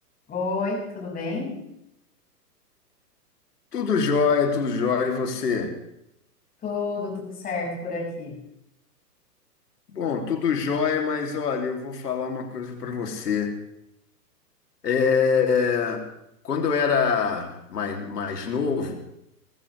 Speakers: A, on the left; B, on the left.
A: Oi, tudo bem?
B: Tudo jóia, tudo jóia, e você?
A: Tudo, tudo certo por aqui.
B: Bom, tudo jóia, mas olha, eu vou falar uma coisa para você. É, quando eu era mais, mais novo,